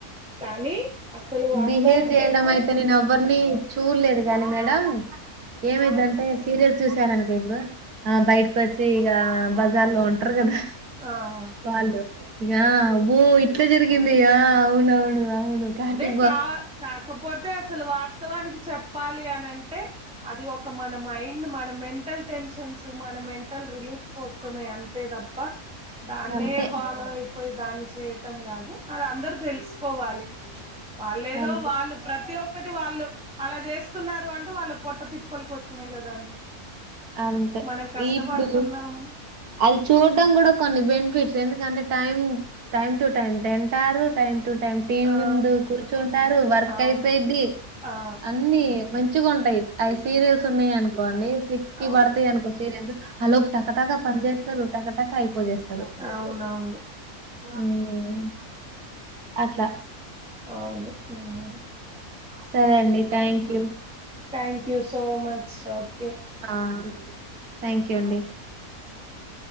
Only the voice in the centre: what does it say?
కానీ అసలు వాస్తవానికైతే
ఆ
ఆ
అదే కా కాకపోతే అసలు వాస్తవానికి చెప్ప పాలియనంటే అది ఒక మన మైండ్ మన మెంటల్ టెన్షన్స్ మన మెంటల్ రిలీఫ్ కోసమే అంతే తప్ప దాన్నే
ఫాలో అయి పోయి దాన్ని చేయటం కాదు అది అందరు తెలుసుకోవాలి వాళ్ళేదో
వాళ్ళు ప్రతి ఒక్కటి వాళ్ళు అలా చేస్ స్తున్నారు అంటే వాళ్ళకు పొట్ట తిప్పల్ కోసమే కదా అండి
మనం కష్టపడుతున్నాము
ఆ
అవును
ఆ
అవును
అవునవును
అవును ఉ
thank you so much షౌట్